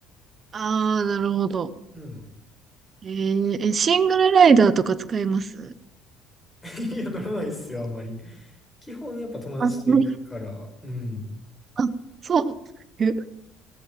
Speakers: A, on the right; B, on the left.
A: あー、なるほど。
B: うん。
A: えーえ、シングルライダーとか使えます
B: <laughs> いや、乗らないっすよ、あんまり。基本やっぱ友達と行くから、
A: あ、それ
B: うん。
A: あ、そう。え、